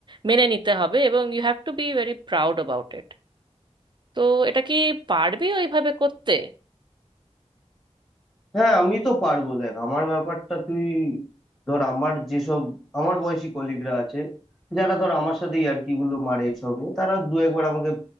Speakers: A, on the right; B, in the centre.
A: মেনে নিতে হবে এবং you have to be very proud about it তো এটা কি পারবি ওইভাবে করতে
B: হ্যাঁ আমি তো পারবো দেখ আমার ব্যাপারটা তুই ধর আমার যেসব আমার বয়সী কলিগরা আছে যারা ধর আমার সাথে ইয়ার্কি গুলো মারে এসব নিয়ে তারা দু একবার আমাকে